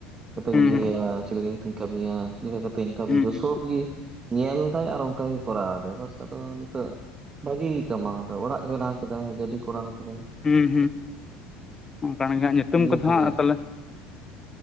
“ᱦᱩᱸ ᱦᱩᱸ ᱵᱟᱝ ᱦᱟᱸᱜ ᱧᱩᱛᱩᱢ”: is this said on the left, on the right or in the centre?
Left